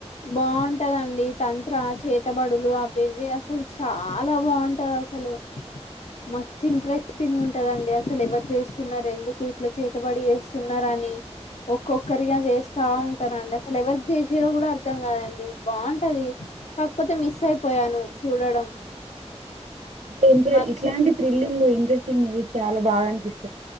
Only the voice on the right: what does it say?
అంటే
ఇట్లాంటి థ్రిలింగ్ ఇంట్రెస్టింగ్ మూవీస్ చాలా బాగా అనిపిస్తయ్